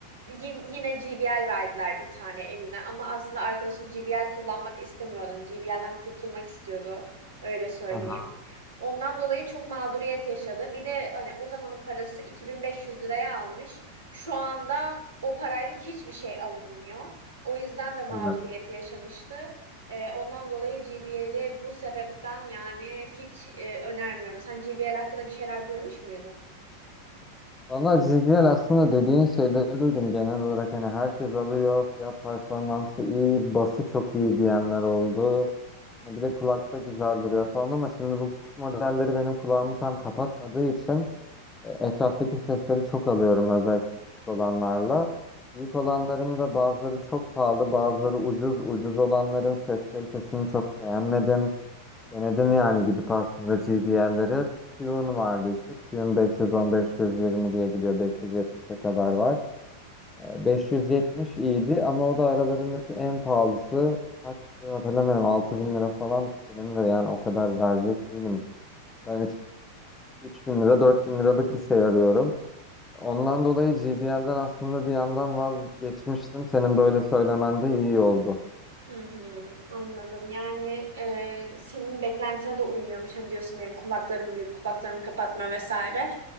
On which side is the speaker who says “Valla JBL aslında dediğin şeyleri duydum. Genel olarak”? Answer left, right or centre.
Left